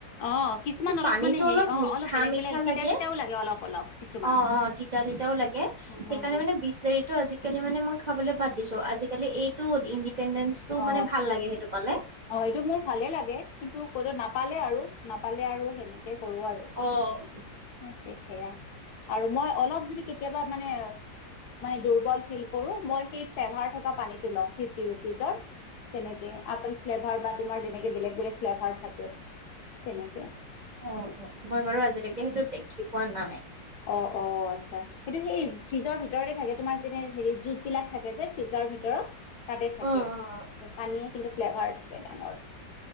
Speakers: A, on the left; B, on the right.
A: অহ, কিছুমান অলপ
B: পানীটো
A: মানে হেৰি অহ
B: মিঠা
A: অলপ বেলেগ
B: মিঠা
A: -বেলেগ, তিতা
B: লাগে
A: -তিতাও লাগে অলপ- অলপ কিছুমান।
B: অ অ তিতা -তিতাও লাগে
A: হ
B: সেইকাৰণে
A: হ হ
B: মানে বিচলেৰিটো আজিকালি মানে মই খাবলৈ বাদ দিছো। আজিকালি এই টো ইণ্ডিপেণ্ডেন্ঞ্চ টো
A: অ
B: মানে ভাল লাগে সেইটো পালে।
A: অ এইটো মোৰ ভালে লাগে কিন্তু কতো নাপালে আৰু নাপালে আৰু সেনেকে কৰো আৰু।
B: উম
A: তাকে সেয়া আৰু মই অলপ যদি কেতিয়াবা মানে দূৰ্বল ফিল কৰো মই সেই ফ্লেভাৰ থকা পানীটো লওঁ, ফিফটি ৰুপিজৰ। তেনেকে আপেল ফ্লেভাৰ বা তোমাৰ তেনেকে বেলেগ -বেলেগ ফ্লেভাৰ থাকে তেনেকে
B: অহ, মই বাৰু আজিলৈকে সেইটো দেখি পোৱা নাই।
A: অহ, আচ্ছা সেইটো সেই ফ্ৰিজৰ ভিতৰতে থাকে। তোমাৰ যেনে হেৰি জুচ বিলাক থাকে যে ফ্ৰিজৰ ভিতৰত তাতে থাকে
B: উম উম
A: পানীয়ে কিন্তু ফ্লেভাৰ থাকে ডাঙৰ